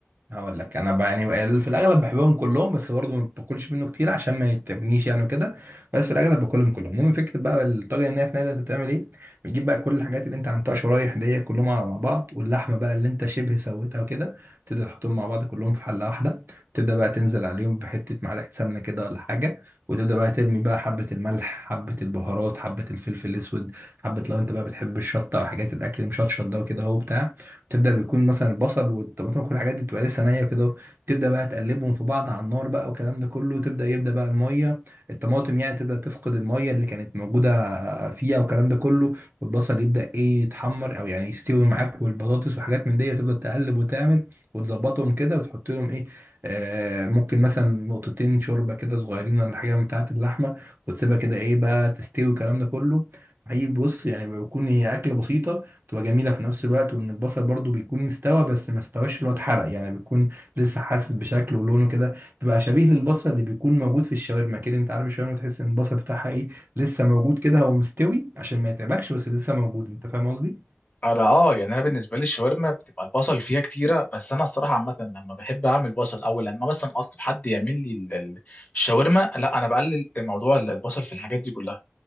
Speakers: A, on the right (about 55°); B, on the left (about 35°).
A: هقول لك انا بقى يعني في الاغلب بحبهم كلهم بس برضه ما باكلش منه كتير عشان ما يتعبنيش يعني وكده بس في الاغلب باكلهم كلهم المهم فكره بقى الطاجن الناي في نادي هتتعمل ايه بتجيب بقى كل الحاجات اللي انت عملتها شرايح دي كلهم على- مع بعض واللحمه بقى اللي انت شبه سويتها وكده تبدا تحطهم مع بعض كلهم في حله واحده تبدا بقى تنزل عليهم بحته معلقه سمنه كده ولا حاجه وتبدا بقى ترمي بقى حبه الملح حبه البهارات حبه الفلفل الاسود حبه لو انت بقى بتحب الشطه او حاجات الاكل مشطشط ده وكده اهو بتاع تبدا بيكون مثلا البصل والطماطم وكل الحاجات دي بتبقى لسه نيه كده تبدا بقى تقلبهم في بعض على النار بقى والكلام ده كله تبدا يبدا بقى الميه الطماطم يعني تبدا تفقد الميه اللي كانت موجوده فيها والكلام ده كله والبصل يبدا ايه يتحمر او يعني يستوي معاك والبطاطس وحاجات من دي وتبدا تقلب وتعمل وتظبطهم كده وتحط لهم ايه آه ممكن مثلا نقطتين شوربه كده صغيرين ولا حاجه بتاعه اللحمه وتسيبها كده ايه بقى تستوي والكلام ده كله حقيقي بص يعني بيكون هي اكله بسيطه تبقى جميله في نفس الوقت وان البصل برضو بيكون استوى بس ما استواش اللي هو اتحرق يعني بيكون لسه حاسس بشكله ولونه كده بيبقى شبيه للبصل اللي بيكون موجود في الشاورما كده انت عارف الشاورما تحس ان البصل بتاعها ايه لسه موجود كده هو مستوي عشان ما يتعبكش بس لسه موجود انت فاهم قصدي
B: انا اه يعني انا بالنسبه لي الشاورما بتبقى البصل فيها كتيره بس انا الصراحه عامه لما بحب اعمل بصل او لما مثلا اطلب حد يعمل لي ال- ال- الشاورما لا انا بقلل موضوع البصل في الحاجات دي كلها